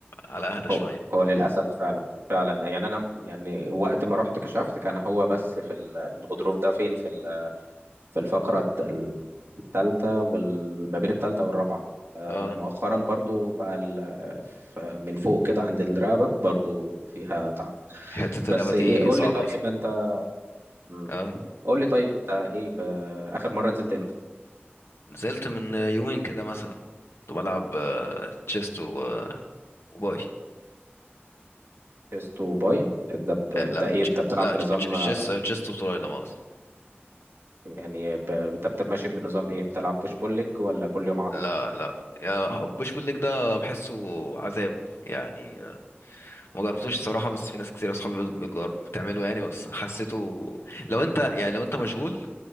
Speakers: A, on the left; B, on the right.
A: على اهدى شويه
B: هو هو للأسف فعلا فعلا يعني أنا يعني وقت ما رحت كشفت كان هو بس في ال- الغضروف ده فين في في الفقرة الت- التالتة وما بين التالتة والرابعة آه،
A: اه
B: مؤخرا برضو بقى ال- ف- من فوق كده عند الرقبة برضو فيها تعب
A: حتة
B: بس
A: الرقبة دي
B: ايه قول
A: صعبة
B: لي طيب
A: أصلا
B: انت مم.
A: اه
B: قول لي طيب انت ايه ب... اخر مرة نزلت امتى؟
A: نزلت من يومين كده مثلا كنت بلعب آه، تشيست و... آه، وباي
B: شيست وباي ده ب...
A: آه،
B: ده
A: لا
B: ايه
A: تش-
B: انت بتلعب
A: لا
B: بنظام
A: تش- تش- تشيست
B: آه،
A: تشيست وتراي لا مؤاخذة.
B: يعني ب... انت بت- ماشي بنظام ايه بتلعب بوش بول ليج ولا كل يوم عضلة؟
A: لا لا يا بوش بالليج ده بحسه عذاب يعني آه، ما جربتوش الصراحة بس في ناس كتير أصحابي بت- بتجر- بتعمله يعني بس حسيته لو أنت يعني لو أنت مشغول